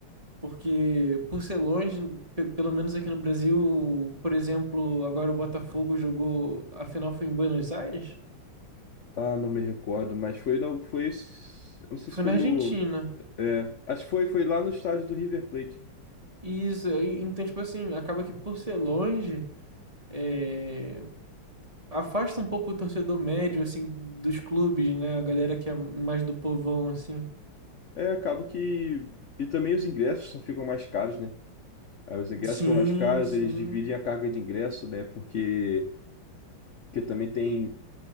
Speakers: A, on the right (about 15°); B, on the left (about 50°).
A: Porque, por ser longe, pe- pelo menos aqui no Brasil, por exemplo, agora o Botafogo jogou. A final foi em Buenos Aires?
B: Ah, não me recordo, mas foi não foi esse- eu não sei
A: Foi
B: se foi
A: na
B: no
A: Argentina.
B: é, acho que foi foi lá no estádio do River Plate.
A: E isso, e- então, tipo assim, acaba que por ser longe, é, afasta um pouco o torcedor médio, assim, dos clubes, né? A galera que é mais do povão, assim.
B: É, acaba que e também os ingressos são- ficam mais caros, né? Aí os ingressos
A: Sim,
B: ficam mais caros,
A: sim.
B: eles dividem a carga de ingresso, né? Porque porque também tem